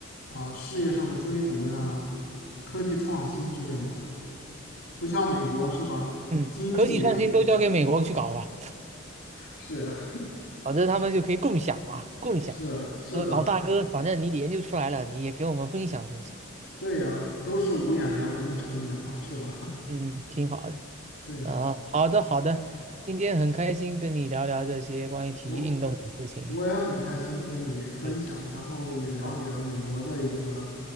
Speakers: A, on the left; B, on the right.
A: 啊事业上的追逐呀、科技创新之类的。不像美国是吧？
B: 嗯，
A: 经济
B: 科技创新都交给美国去搞了，
A: 是呀，
B: 反正他们就可以共享嘛，共享。
A: 是啊是的，
B: 呃，老大哥，反正你研究出来了，你也给我们分享分享。
A: 对呀，都是五眼联盟的成员嘛，是吧？
B: 嗯，挺好的
A: <laughs> 对呀，
B: 啊，好的好的，
A: 对，
B: 今天很开心跟你聊聊这些关于体育运动的事情。
A: 我我也很开心和你分享，
B: 对，
A: 然后也了解了美国的一个
B: 嗯，